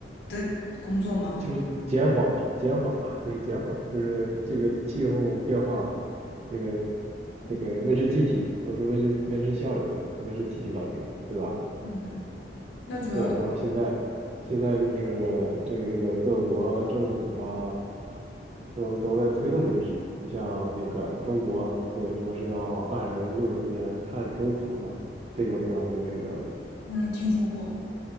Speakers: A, on the left; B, on the right.
A: 的工作吗？
B: 就是减缓嘛，减缓嘛，就是减缓，就是这个气候变化，这个这个温室气体都是温室温室效应，温室气体导致，对吧？
A: 嗯，那主要
B: 对，然后现在现在就是这个这个各国政府啊，都都在推动这个事情。你像那个中国不也说是要二零六零年碳中和嘛？这个不知道你有没有了解？
A: 嗯听说过。